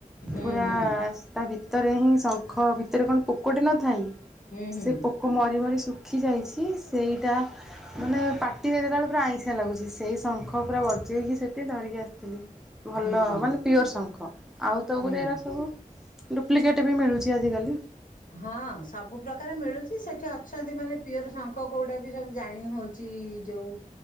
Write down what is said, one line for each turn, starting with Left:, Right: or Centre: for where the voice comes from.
Left: ହୁଁ
Centre: ପୁରା
Left: ହୁଁ।
Centre: ତା ଭିତରେ ହିଁ ଶଙ୍ଖ ଭିତରେ କଣ ପୋକଟି ନଥାଏ କି?
Left: ହୁଁ ହୁଁ
Centre: ସେ ପୋକ ମରି ମରି ଶୁଖିଯାଇଛି ସେଇଟା ମାନେ ପାଟିରେ ଦେଲାବେଳେ ପୁରା ଆଇଁଷି ଲାଗୁଛି ସେଇ ଶଙ୍ଖ ପୁରା ବଜେଇକି ସେଠି ଧରିକି ଆସିଥିଲି। ଭଲ
Left: ହୁଁ
Centre: ମାନେ ପିଓର ଶଙ୍ଖ ଆଉ ତ
Left: ହୁଁ
Centre: ଗୋରେ ଏରା ସବୁ ଡୁପ୍ଲିକେଟ୍ ବି ମିଳୁଛି ଆଜିକାଲି।
Left: ହଁ ସବୁ ପ୍ରକାର ମିଳୁଛି ସେଠି ଅଛନ୍ତି ମାନେ ପିଓର ଶଙ୍ଖ କୋଉଟା ବି ସବୁ ଜାଣି ହଉଛି। ଯୋଉ